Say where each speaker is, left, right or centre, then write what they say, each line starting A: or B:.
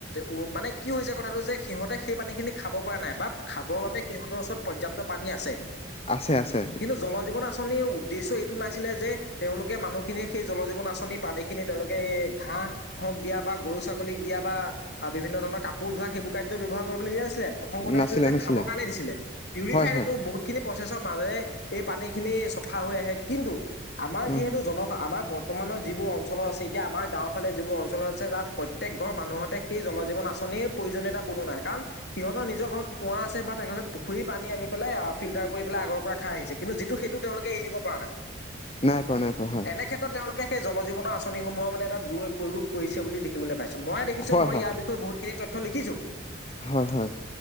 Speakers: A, on the left (about 55°); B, on the left (about 30°).
A: উ মানে কি হৈছে কথাটো যে সিহঁতে সেই পানী খিনি খাব পৰা নাই বা খাবৰ বাবে সিহঁতৰ ওচৰত পৰ্যাপ্ত পানী আছে।
B: আছে আছে।
A: কিন্ত জল -জীৱন আচ আঁচনিৰ উদ্দেশ্য এইটো নাছিলে যে তেওঁলোকে মানুহখিনিৰ সেই জল, জীৱন, আঁচনিৰ পানী, খিনি তেওঁলোকে এই ঘাঁহ হক দিয়া বা গৰু, ছাগলীক, দিয়া বা বিভিন্ন ধৰণৰ কাপোৰ, ধোৱা সেইবোৰ কাৰ্য ব্যৱহাৰ কৰিবলৈ দিয়া নাছিলে। প্ৰথম কথা
B: নাছিলে
A: হৈছিল যে
B: নাছিলে
A: খাবৰ কাৰণে দিছিলে পিউৰিফাই,
B: হয় হয়
A: এইটো বহুত খিনি প্ৰচেছৰ মাজেৰে এই পানী খিন চফা হৈ আহে কিন্তু আমাৰ
B: অ
A: যিহেতু জন সা আমাৰ বৰ্ত বৰ্তমানৰ যিবোৰ অঞ্চলত আছে এতিয়া আমাৰ গাঁৱৰ, ফালে যিবোৰ অঞ্চত আছে যাৰ প্ৰত্যেক ঘৰ মানুহতে সেই জল, জীৱন আঁচনিৰ- প্ৰয়োজনীয়তা কোনো নাই কাৰণ সিহঁতৰ নিজৰ ঘৰত কুঁৱা, আছে বা তেখেতৰ পুখুৰী, পানী আনি পেলাই ফিল্টাৰ, কৰি পেলাই আগৰ পৰা খাই আহিছে কিন্তু যিটো সেইটো তেওঁলোকে এৰি দিব পৰা নাই।
B: নাই পৰা নাই পৰা হয়।
A: এনেক্ষেত্ৰত তেওঁলোকে সেই জল, জীৱনৰ আঁচনিসমূহৰ মানে এটা দূৰপয়োগ কৰিছে বুলি দেখিবলৈ পাইছো মই দেখিছো
B: হয়
A: মই
B: হয়
A: ইয়াৰ বিষয়ে বহুত খিনি তথ্য লিখিছো।
B: হয় হয়।